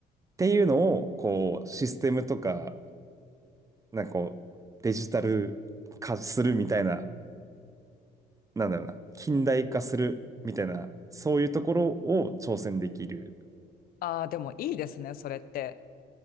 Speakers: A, on the right; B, on the left.
A: ていうのを、こう、システムとか、なんかこう、デジタル化するみたいななんだろうな、近代化するみたいな、そういうところを挑戦できる。
B: ああ、でもいいですね、それって。